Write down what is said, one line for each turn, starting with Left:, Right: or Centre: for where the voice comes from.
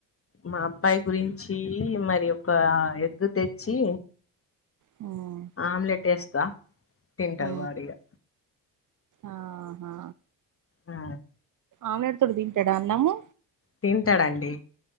Left: మా అబ్బాయి గురించీ మరి యొక ఎగ్గు తెచ్చి
Right: హ్మ్
Left: ఆమ్లెట్ ఎస్తా తింటడు
Right: ఉమ్
Left: వాడిగా
Right: ఆహా
Left: ఆ
Right: ఆమ్లెట్ తొడి తింటాడా అన్నము
Left: తింటడండి